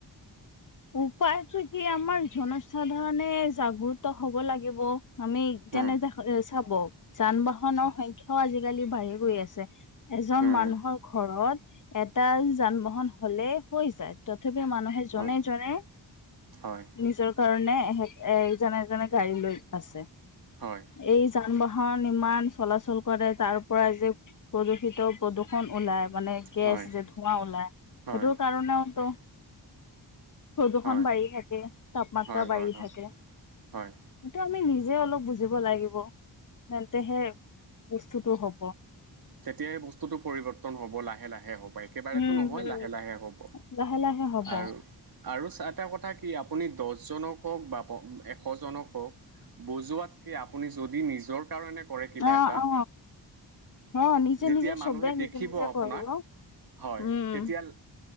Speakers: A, on the left; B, on the right.
A: উপায়টো কি আমাৰ জনসাধাৰণে জাগ্ৰত হব লাগিব আমি যেনে
B: উম
A: এ চাব যান- বাহনৰ সংখ্যাও আজিকালি বাঢ়ি গৈ আছে এজন
B: উম
A: মানুহৰ ঘৰত এটা যান বাহন হলে হৈ যায় তথাপি মানুহে জনে
B: হয়
A: জনে
B: হয়
A: নিজৰ কাৰণে এহে এজনে এজনে গাড়ী লৈ আছে।
B: হয়
A: এই যান- বাহন ইমান চলাচল কৰে তাৰ পৰা যে প্ৰদূষিত প্ৰদূষণ ওলাই মানে গেছ
B: হয় হয়
A: যে ধোঁৱা ওলাই
B: হয়
A: সেইটো কাৰণেওতো প্ৰদূষণ
B: হয়
A: বাঢ়ি থাকে তাপমাত্ৰা
B: হয়
A: বাঢ়ি
B: হয় হয়
A: থাকে।
B: হয়।
A: সেটো আমি নিজে অলপ বুজিব লাগিব। তেন্তেহে বস্তুটো হ'ব
B: তেতিয়াহে বস্তুটো পৰিৱৰ্তন হ'ব লাহে লাহে হ'ব। একেবাৰেতো
A: উম
B: নহয়
A: হম।
B: লাহে লাহে হ'ব
A: লাহে লাহে হ'ব
B: আৰু আৰু এটা কথা কি আপুনি দহজনক হওঁক বা এশজনক হওঁক বজোৱাত কি আপুনি যদি নিজৰ কাৰণে কৰে কিবা
A: অ
B: এটা
A: অ অ নিজে
B: যেতিয়া
A: নিজে চবে
B: মানুহে
A: নিজে
B: দেখিব
A: নিজে
B: আপোনাক
A: কৰিব।
B: হয়
A: উম
B: তেতিয়া